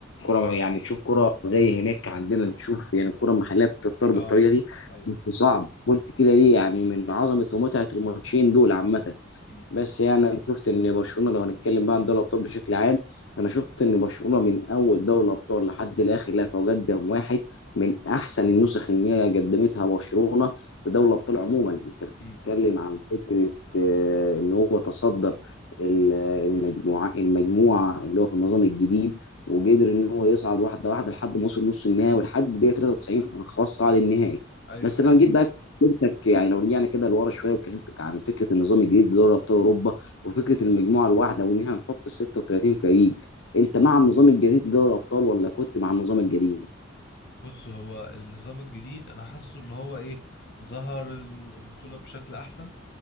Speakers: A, on the left; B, on the left.
A: كوره
B: مم.
A: يعني نشوف كوره زي هناك عندنا نشوف يعني الكوره المحليه بتضطر
B: اه
A: بالطريقه دي
B: ايوه
A: بس صعب قلت كده ليه يعني من عظمه ومتعه الماتشين دول عامه
B: مم.
A: بس يعني انا شفت ان برشلونه لو هنتكلم بقى عن دوري الابطال بشكل عام انا شفت ان برشلونه من اول دوري الابطال لحد الاخر لها فوجات دم واحد من احسن النسخ ان هي قدمتها برشلونه في دوري الابطال عموما انت بتتكلم
B: مم.
A: عن فكره آه، ان هو تصدر ال- المجموعه المجموعه اللي هو في النظام الجديد وقدر ان هو يصعد واحده واحده لحد ما وصل نص النهائي ولحد دقيقه 93 خلاص صعد النهائي
B: ايوه
A: بس لما جيت بقى كلمتك يعني لو رجعنا كده لورا شويه وكلمتك عن فكره النظام الجديد لدوري ابطال اوروبا وفكره المجموعه الواحده وان احنا نحط ال 36 فريق انت مع النظام الجديد لدوري الابطال ولا كنت مع النظام القديم؟
B: بص هو النظام الجديد انا حاسه ان هو ايه ظهر البطوله بشكل احسن